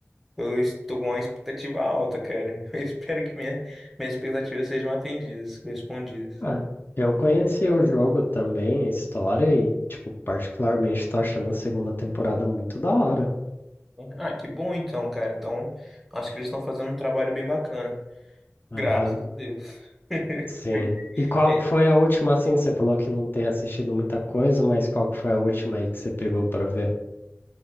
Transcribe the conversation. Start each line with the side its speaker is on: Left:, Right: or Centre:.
Centre: eu estou com uma expectativa alta, cara. <laughs> Eu espero que minha, minhas expectativas sejam atendidas, respondidas.
Left: Ah, eu conheci o jogo também, a história, e, tipo, particularmente tô achando a segunda temporada muito da hora.
Centre: Ah, que bom então, cara. Então, acho que eles estão fazendo um trabalho bem bacana. Graças
Left: Aham,
Centre: a Deus. <laughs>
Left: sim. E qual
Centre: É,
Left: que foi a última, assim? Você falou que não tem assistido muita coisa, mas qual que foi a última aí que você pegou pra ver?